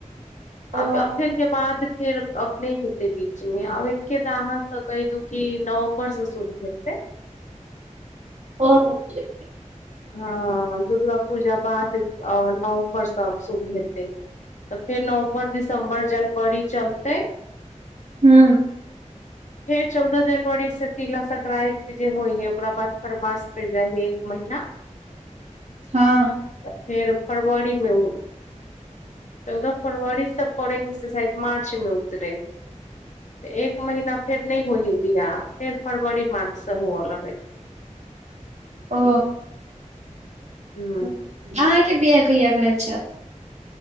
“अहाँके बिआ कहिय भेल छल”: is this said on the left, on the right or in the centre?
Right